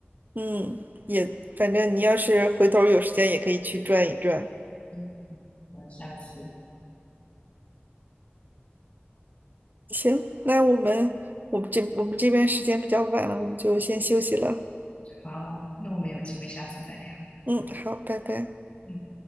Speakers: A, on the right; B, on the left.
A: 嗯，也反正你要是回头有时间也可以去转一转。
B: 嗯，我下次
A: 行，那我们我们这我们这边时间比较晚了，我们就先休息了。
B: 好，那我们有机会下次再聊。
A: 嗯，好，拜拜。
B: 嗯。